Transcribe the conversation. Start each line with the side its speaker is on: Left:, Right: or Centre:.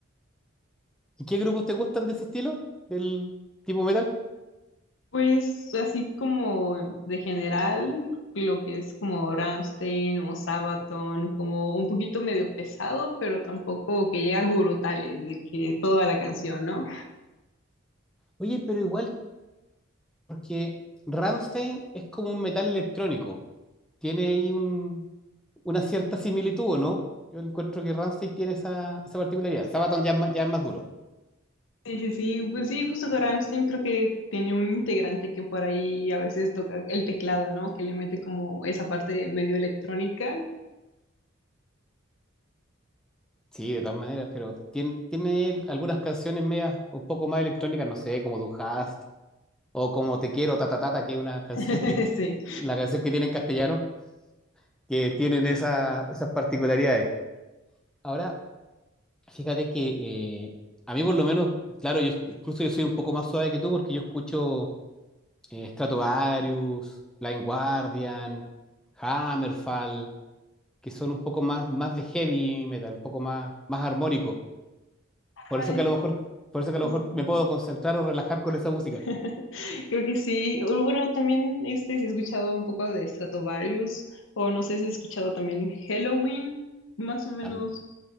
Centre: ¿Y qué grupos te gustan de ese estilo? ¿Del tipo metal?
Left: Pues así como de general, lo que es como Rammstein o Sabaton, como un poquito medio pesado, pero tampoco que llega a gurutales de que toda la canción, ¿no?
Centre: Oye, pero igual, porque Rammstein es como un metal electrónico. Tiene ahí un, una cierta similitud, ¿o ¿no? Yo encuentro que Rammstein tiene esa, esa particularidad. Sabaton ya, es ma- ya es más duro.
Left: Sí, sí, sí, pues sí, justo que Rammstein creo que tiene un integrante que por ahí a veces toca el teclado, ¿no? Que le mete como esa parte medio electrónica.
Centre: Sí, de todas maneras, pero tiene, tiene él algunas canciones medias un poco más electrónicas, no sé, como Du hast o como Te quiero, ta ta ta, ta, que es una canción
Left: <laughs>
Centre: que,
Left: Sí.
Centre: la canción que tiene en castellano, que tienen esa- esas particularidades. Ahora, fíjate que eh, a mí por lo menos, claro, yo, incluso yo soy un poco más suave que tú porque yo escucho eh, Stratovarius, Blind Guardian, Hammerfall, que son un poco más, más de heavy metal, un poco más, más armónico. Por
Left: Ay,
Centre: eso que a lo mejor, por eso que a lo
Left: sí,
Centre: mejor
Left: sí.
Centre: me puedo concentrar o relajar con esa música.
Left: <laughs> Creo que sí. O Bueno, también este, si he escuchado un poco de Stratovarius, o no sé si he escuchado también Halloween, más o menos
Centre: Am-